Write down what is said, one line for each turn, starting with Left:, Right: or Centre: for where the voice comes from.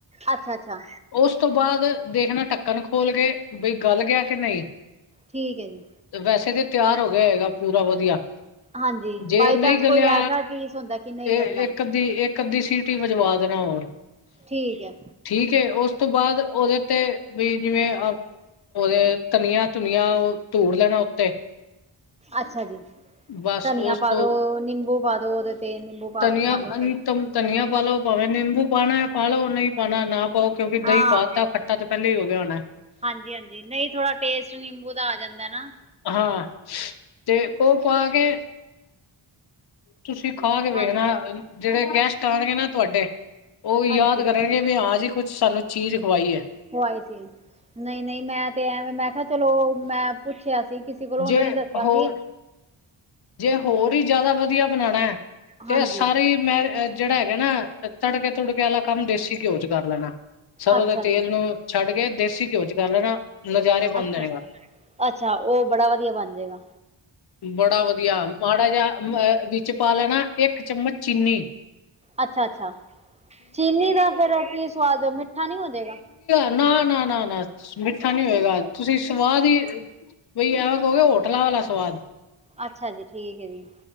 Right: ਅੱਛਾ ਅੱਛਾ, ਅੱਛਾ
Left: ਉਸ ਤੋਂ ਬਾਅਦ ਦੇਖਣਾ ਢੱਕਣ ਖੋਲ ਕੇ ਬਈ ਗਲ ਗਿਆ ਕੇ ਨਹੀ।
Right: ਠੀਕ ਹੈ ਜੀ।
Left: ਵੈਸੇ ਤੇ ਤਿਆਰ ਹੋ ਗਿਆ ਹੋਏਗਾ ਪੂਰਾ ਵਧੀਆ।
Right: ਹਾਂਜੀ
Left: ਜੇ
Right: ਬਾਈ
Left: ਨਹੀਂ
Right: ਚਾਂਸ
Left: ਗਲਿਆ,
Right: ਕੋਈ ਐਸਾ ਪੀਸ ਹੁੰਦਾ ਕਿ ਨਹੀਂ
Left: ਤੇ
Right: ਗਲਦਾ
Left: ਇੱਕ ਅਦੀ ਇੱਕ ਇਕ-ਅੱਦੀ ਸੀਟੀ ਵਜਵਾ ਦੇਣਾ ਹੋਰ।
Right: ਠੀਕ ਏ।
Left: ਠੀਕ ਏ, ਉਸ ਤੋਂ ਬਾਦ ਉਹਦੇ ਤੇ ਵੀ ਜਿਵੇਂ ਉਹਦੇ ਧਨੀਆ-ਧੁਨੀਆ ਧੂੜ ਲੈਣਾ ਉੱਤੇ
Right: ਅੱਛਾ ਜੀ।
Left: ਬਸ
Right: ਧਨੀਆ
Left: ਉਸ
Right: ਪਾ
Left: ਤੋਂ
Right: ਦੋ ਨਿੰਬੂ ਪਾ ਦੋ ਉਹਦੇ। ਤੇ ਨਿੰਬੂ ਪਾ
Left: ਧਨੀਆ
Right: ਕੇ ਖਾ ਲੋ
Left: ਅਨ
Right: ਕੋਈ
Left: ਤਮ ਧਨੀਆ ਪਾਾਲੋ। ਭਾਵੇਂ ਨਿੰਬੂ ਪਾਣੈ ਪਾਾਲੋ ਨਹੀਂ ਪਾਉਣਾ ਨਾ ਪਾਓ। ਪਾਓ ਕਿਉਂਕਿ
Right: ਹਾਂ
Left: ਦਹੀਂ ਪਾਤਾ ਖੱਟਾ ਤੇ ਪਹਿਲਾਂ ਹੀ ਹੋ ਗਿਆ ਹੋਣੈ।
Right: ਹਾਂਜੀ, ਹਾਂਜੀ ਨਹੀਂ ਥੋੜਾ ਟੇਸਟ ਨਿੰਬੂ ਦਾ ਆ ਜਾਂਦਾ ਨਾ।
Left: ਹਾਂ, ਤੇ ਉਹ ਪਾ ਕੇ ਤੁਸੀਂ ਖਾ ਕੇ ਵੇਖਣਾ।
Right: ਹਾਂਜੀ
Left: ਜਿਹੜੇ ਗੈਸਟ ਆਣਗੇ ਨਾ ਤੁਵਾਡੇ, ਉਹ ਵੀ
Right: ਹਾਂਜੀ
Left: ਯਾਦ ਕਰਨ ਕੈਂਦੇ, ਹਾਂ ਜੀ ਕੁਛ ਸਾਨੂੰ ਚੀਜ਼ ਖਵਾਈ ਐ।
Right: ਉਹ ਆਏ ਸੀ। ਨ‌ਈਂ-ਨ‌ਈਂ ਮੈਂ ਤੇ ਐਵੇਂ ਮੈਂ ਕਿਹਾ ਚਲੋ, ਮੈਂ ਪੁੱਛਿਆ ਸੀ ਕਿ ਉਹਨਾਂ
Left: ਜੇ
Right: ਨੇ ਦੱਸਿਆ
Left: ਹੋਰ
Right: ਸੀ
Left: ਜੇ ਹੋਰ ਈ ਜ਼ਿਆਦਾ ਵਧੀਆ ਬਣਾਂਣਾ ਐ ਤੇ
Right: ਹਾਂਜੀ
Left: ਸਾਰੀ ਮੈਂ ਜਿਹੜਾ ਹੈਗਾ ਨਾ ਤੜਕੇ-ਤੁੜਕੇ ਆਲਾ ਕੰਮ, ਦੇਸੀ ਘਿਓ 'ਚ ਕਰ ਲੈਣਾ। ਸਰ੍ਹੋਂ
Right: ਅੱਛਾ
Left: ਦੇ ਤੇਲ
Right: ਜੀ
Left: ਨੂੰ ਛੱਡ ਕੇ, ਦੇਸੀ ਘਿਓ 'ਚ ਕਰ ਲੈਣਾ ਨਜ਼ਾਰੇ ਬੰਨ‌
Right: ਅੱਛਾ।
Left: ਦੇਏਗਾ।
Right: ਅੱਛਾ, ਉਹ ਬੜਾ ਵਧੀਆ ਬਣਜੇਗਾ।
Left: ਬੜਾ ਵਧੀਆ। ਮਾੜਾ ਜਿਹਾ ਅ ਵਿੱਚ ਪਾ ਲੈਣਾ ਇੱਕ ਚੱਮਚ ਚੀਨੀ
Right: ਅੱਛਾ-ਅੱਛਾ, ਚੀਨੀ ਦਾ ਫੇਰ ਕੀ ਸਵਾਦ ਏ, ਮਿੱਠਾ ਨੀ ਹੋਜੇਗਾ।
Left: ਨਾ-ਨਾ, ਨਾ-ਨਾ ਮਿੱਠਾ ਨੀ ਹੋਏਗਾ ਤੁਸੀ ਸਵਾਦ ਈ, ਬਈ ਐਵੇਂ ਕ‌ਓਗੇ ਹੋਟਲਾਂ ਵਾਲਾ ਸਵਾਦ
Right: ਅੱਛਾ ਜੀ, ਠੀਕ ਏ ਜੀ,